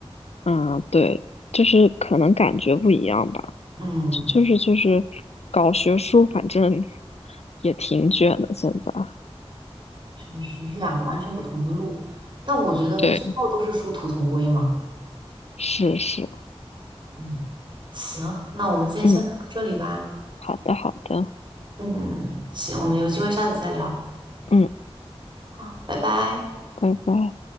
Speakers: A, on the left; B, on the right.
A: 嗯，对，就是可能感觉不一样吧。
B: 嗯，
A: 就是就是搞学术，反正也挺卷的现在。
B: 确实是两个完全不同的路，但我觉得最后都是殊途同归嘛。
A: 对。是是，
B: 嗯，行，那我们今天先聊到这里吧。
A: 嗯，好的好的，
B: 嗯，嗯行，我们有机会下次再聊。
A: 嗯，
B: 好，拜拜。
A: 拜拜。